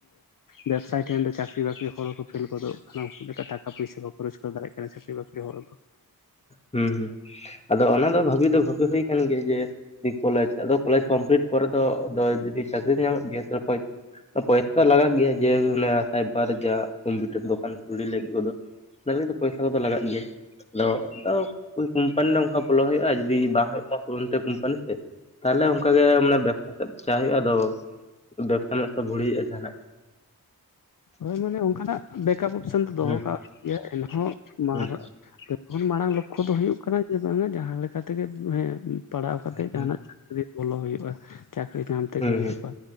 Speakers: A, on the left; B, on the left.
A: ᱵᱮᱵᱽᱥᱟᱭ ᱴᱷᱮᱱ ᱫᱚ ᱪᱟᱠᱨᱤ ᱵᱟᱹᱠᱨᱤ ᱦᱚᱲᱠᱚ ᱯᱷᱮᱞ ᱜᱚᱫᱚᱜ ᱠᱟᱱᱟ ᱩᱱᱠᱩ ᱞᱮᱠᱟ ᱴᱟᱠᱟ ᱯᱚᱭᱥᱟ ᱠᱚᱠᱚ ᱨᱳᱡᱽᱜᱟᱨ ᱫᱟᱲᱮᱭᱟᱜ ᱠᱟᱱᱟ ᱪᱟᱹᱠᱨᱤ ᱵᱟᱹᱠᱨᱤ ᱦᱚᱲ ᱠᱚ
B: ᱦᱩᱸ ᱦᱩᱸ ᱟᱫᱚ ᱚᱱᱟ ᱫᱚ ᱵᱷᱟᱵᱤ ᱫᱚ ᱵᱷᱟᱵᱤ ᱦᱩᱭ ᱠᱟᱱ ᱜᱮᱭᱟ ᱡᱮ ᱠᱚᱞᱮᱡᱽ ᱟᱫᱚ ᱠᱚᱞᱮᱡᱽ ᱠᱚᱢᱯᱞᱤᱴ ᱯᱚᱨᱮ ᱫᱚ ᱡᱩᱫᱤ ᱪᱟᱹᱠᱨᱤ ᱫᱚ ᱧᱟᱢᱚᱜ ᱜᱮᱭᱟ ᱛᱟᱦᱚᱞᱮ <inaudible> ᱯᱚᱭᱥᱟ ᱞᱟᱜᱟᱜ ᱜᱮᱭᱟ ᱡᱮ ᱚᱱᱟ ᱥᱟᱭᱵᱟᱨ ᱡᱟ ᱠᱚᱢᱯᱤᱭᱩᱴᱟᱨ ᱫᱚᱠᱟᱱ ᱠᱩᱞᱤ ᱞᱟᱹᱜᱤᱫ ᱫᱚ ᱾ <inaudible> ᱯᱚᱭᱥᱟ ᱠᱚᱫᱚ ᱞᱟᱜᱟᱜ ᱜᱮᱭᱟ ᱟᱫᱚ ᱟᱫᱚ ᱠᱳᱢᱯᱟᱱᱤ ᱱᱠᱟ ᱵᱚᱞᱚ ᱦᱩᱭᱩᱜᱼᱟ ᱡᱩᱫᱤ ᱵᱟᱝ ᱦᱩᱭᱩᱜ ᱚᱱᱛᱮ ᱠᱳᱢᱯᱟᱱᱤ ᱥᱮ ᱛᱟᱦᱚᱞᱮ ᱚᱱᱠᱟᱜᱮ ᱢᱟᱱᱮ ᱵᱮ ᱪᱟ ᱦᱩᱭᱩᱜᱼᱟ ᱟᱫᱚ ᱵᱮᱵᱽᱥᱟ ᱢᱮᱢᱥᱟ ᱵᱷᱩᱲᱤ ᱦᱩᱭᱩᱜᱼᱟ ᱡᱟᱦᱟᱱᱟᱜ ᱜᱮ ᱾
A: ᱦᱳᱭ ᱢᱟᱱᱮ ᱚᱱᱠᱟᱱᱟᱜ ᱵᱮᱠᱟᱯ ᱚᱯᱥᱮᱱ ᱫᱚ ᱫᱚᱦᱚ
B: ᱦᱩᱸ
A: ᱠᱟᱜ ᱜᱮᱭᱟ ᱮᱱᱦᱚᱸ ᱢᱟᱨ
B: ᱦᱩᱸ
A: <unintelligible> ᱢᱟᱲᱟᱝ ᱞᱚᱠᱠᱷᱚ ᱫᱚ ᱦᱩᱭᱩᱜ ᱠᱟᱱᱟ ᱡᱮ ᱵᱟᱝᱟ ᱡᱟᱦᱟᱸ ᱞᱮᱠᱟ ᱛᱮᱜᱮ ᱦᱮᱸ ᱯᱟᱲᱦᱟᱣ ᱠᱟᱛᱮ
B: ᱦᱩᱸ
A: ᱡᱟᱦᱟᱸᱱᱟᱜ ᱪᱟᱹᱠᱨᱤ ᱵᱚᱞᱚ ᱦᱩᱭᱩᱜᱼᱟ ᱪᱟᱹᱠᱨᱤ ᱧᱟᱢ ᱛᱮᱜᱮ
B: ᱦᱩᱸ
A: ᱦᱩᱭᱩᱜᱼᱟ
B: ᱦᱩᱸ